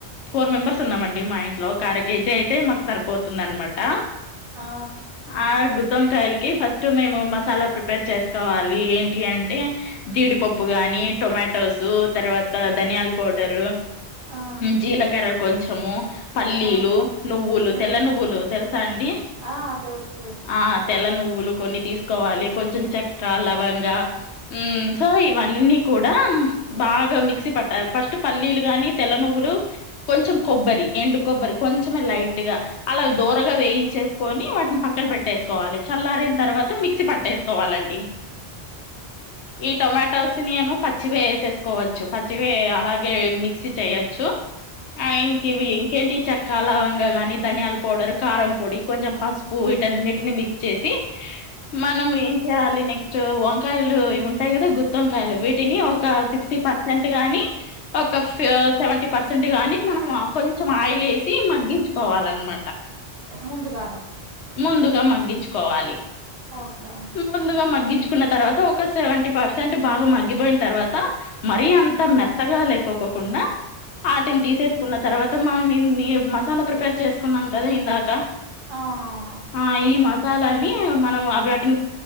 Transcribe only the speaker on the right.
ఆ
ఆ
ఆ
ఆ
ఆ
ఆ తెలుసు తెలుసు
ముందుగానే
ఓకే
అవునవును